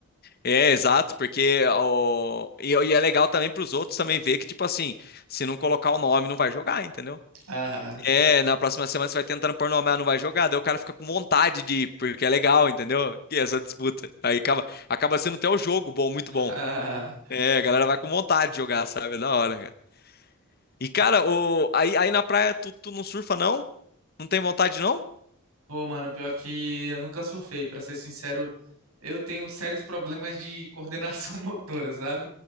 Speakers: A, on the left (about 45°); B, on the right (about 80°).
A: É, exato, porque o... e, e é legal também para os outros também ver que, tipo assim, se não colocar o nome, não vai jogar, entendeu?
B: Aham.
A: É, na próxima semana você vai tentando pôr no homem, ah, não vai jogar, daí o cara fica com vontade de ir, porque é legal, entendeu? E essa disputa. Aí acaba, acaba sendo até o jogo bom, muito
B: <laughs>
A: bom.
B: Ah,
A: É, a galera vai com vontade de jogar, sabe? É Da hora, cara. E, cara, o, aí, aí na praia tu, tu não surfa, não? Não tem vontade, não?
B: Pô, mano, pior que eu nunca surfei, pra ser sincero, eu tenho sérios problemas de coordenação <laughs> motora, sabe?